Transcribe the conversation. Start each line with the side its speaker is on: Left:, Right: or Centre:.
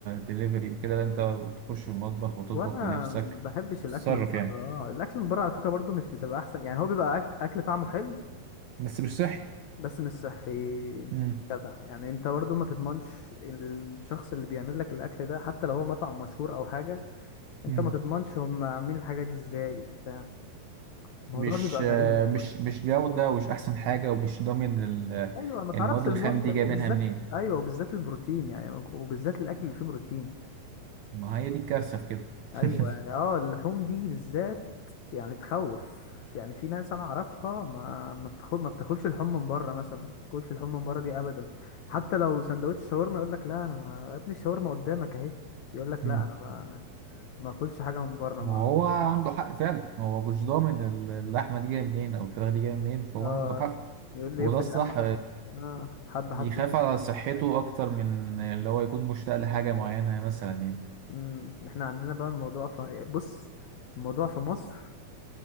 Right: ديليفري وكده لا أنت تخش المطبخ وتطبخ
Left: وانا
Right: لنفسك
Left: ما بحبش الاكل
Right: تتصرف
Left: من بره
Right: يعني
Left: اه الاكل من بره على فكرة برضو مش بتبقى احسن يعني هو بيبقى أك- اكل طعمه حلو
Right: بس مش صحي
Left: بس مش صحي
Right: مم.
Left: جدع يعني انت برضو ما تضمنش الشخص اللي بيعمل لك الاكل ده حتى لو هو مطعم مشهور او حاجه انت
Right: مم.
Left: ما تضمنش هم عاملين الحاجه دي ازاي وبتاع الموضوع
Right: مش
Left: بيبقى
Right: آه،
Left: غريب
Right: مش مش جودة ومش أحسن حاجة ومش ضامن ال-
Left: ايوه ما تعرفش
Right: المواد
Left: المنتج
Right: الخام دي جايبينها
Left: وبالذات
Right: منين
Left: ايوه وبالذات البروتين يعني وبالذات الاكل اللي فيه بروتين
Right: ما هي دي الكارثة في كده
Left: ايوه
Right: <laughs>
Left: يعني اه اللحوم دي بالذات يعني تخوف يعني في ناس انا اعرفها ما ما بتاخد ما بتاكلش لحوم من بره مثلا ما بتاكلش لحوم من بره دي ابدا حتى لو سندوتش شاورما يقول لك لا انا ما... يا ابني الشاورما قدامك اهي يقول لك
Right: مم.
Left: لا انا ما ما اكلش حاجه من بره
Right: وهو
Left: ما
Right: عنده
Left: أعرفش.
Right: حق فعلا هو مش ضامن ال- اللحمة دي جاية منين أو الفراخ دي جاية منين فهو
Left: اه
Right: عنده حق
Left: يقول لي
Right: وده
Left: يفرض
Right: الصح
Left: يا عم حد اه حد
Right: بيخاف
Left: حط ايده
Right: على
Left: عليه
Right: صحته
Left: ولا حاجه
Right: أكتر من اللي هو يكون مشتاق لحاجة معينة مثلا يعني
Left: امم احنا عندنا بقى الموضوع في بص الموضوع في مصر